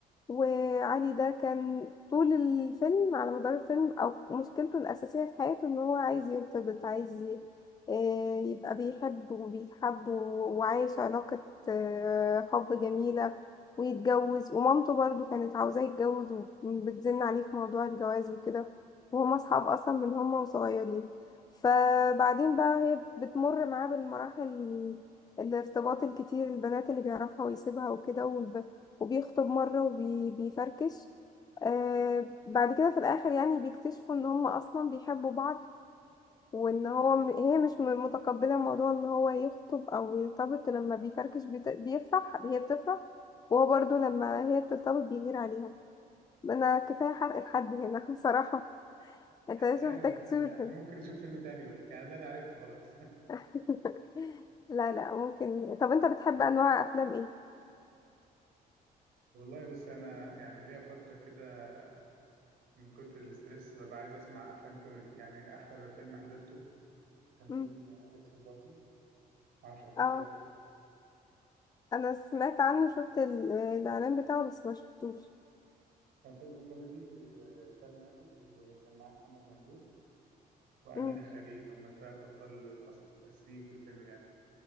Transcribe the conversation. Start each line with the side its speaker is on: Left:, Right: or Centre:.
Left: وعلي ده كان طول الفيلم على مدار الفيلم او مشكلته الاساسيه في حياته ان هو عايز يرتبط عايز ي- آه، يبقى بيحب وبيتحب و- وعايش علاقه آه، حب جميله ويتجوز ومامته برضو كانت عاوزاه يتجوز وبتزن عليه في موضوع الجواز وكده وهما اصحاب اصلا من هما وصغيرين فبعدين بقى هي بتمر معاه بالمراحل الارتباط الكتير البنات اللي بيعرفها ويسيبها وكده وب... وبيخطب مرة وبيفركش آه بعد كده في الآخر يعني بيكتشفوا إن هما أصلا بيحبوا بعض وان هو م- هي مش م- متقبله موضوع ان هو يخطب او يرتبط لما بيفركش بت- بيفرح هي بتفرح وهو برضو لما هي بترتبط بيغير عليها انا كفايه حرق الحد هنا <laughs> بصراحه انت مش
Right: حلو
Left: محتاج
Right: انت
Left: تشوفه
Right: <laughs> احنا ممكن نشوف فيلم تاني بقى يعني ده انا عرفته خلاص
Left: <laughs> لا لا ممكن طب انت بتحب انواع افلام ايه
Right: <laughs> والله بص انا يعني ليا فتره كده من كتر الاسترس ببقى عايز اسمع افلام كوميدي يعني اخر فيلم حضرته كان فيلم
Left: مم.
Right: آه، اكس مراتي ما اعرفش حضرته
Left: اه
Right: ولا لأ.
Left: انا سمعت عنه شفت ال- الاعلان بتاعه بس ما شفتوش
Right: كان فيلم كوميدي آه، هشام ماجد وكان معاه محمد ممدوح وأمينة
Left: مم.
Right: خليل هم الثلاث أبطال الأصل الأساسيين في الفيلم يعني